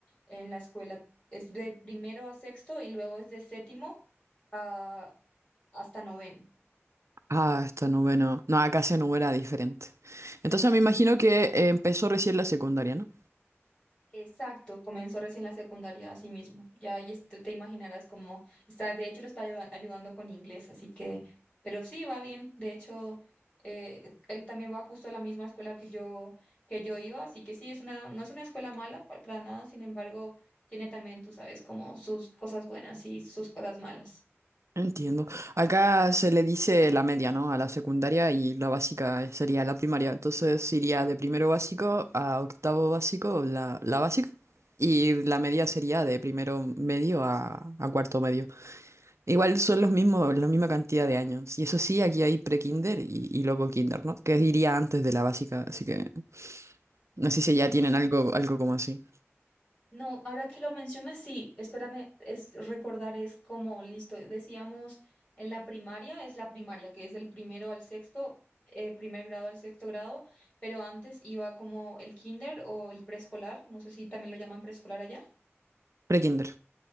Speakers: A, on the left; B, on the right.
A: en la escuela, es de primero a sexto y luego es de séptimo a, hasta noveno.
B: Ah, está noveno. No, acá se número era diferente. Entonces me imagino que eh, empezó recién la secundaria, ¿no?
A: Exacto, comenzó recién la secundaria, así mismo. Ya ahí es- te imaginarás cómo está, de hecho lo está ayuda- ayudando con inglés, así que, pero sí, va bien. De hecho, eh, él también va justo a la misma escuela que yo, que yo iba, así que sí, es una, no es una escuela mala pa- para nada, sin embargo, tiene también, tú sabes, como sus cosas buenas y sus cosas malas.
B: Entiendo. Acá se le dice la media, ¿no? A la secundaria y la básica eh, sería la primaria. Entonces iría de primero básico a octavo básico, la, la básica. Y la media sería de primero medio a, a cuarto medio. Igual son los mismos, la misma cantidad de años. Y eso sí, aquí hay pre-kinder y, y luego kinder, ¿no? Que iría antes de la básica. Así que no sé si ya tienen algo, algo como así.
A: No, ahora que lo mencionas, sí, espérame, es recordar es como, listo, decíamos en la primaria, es la primaria, que es del primero al sexto, eh, primer grado al sexto grado, pero antes iba como el kinder o el preescolar, no sé si también lo llaman preescolar allá,
B: Pre-kinder.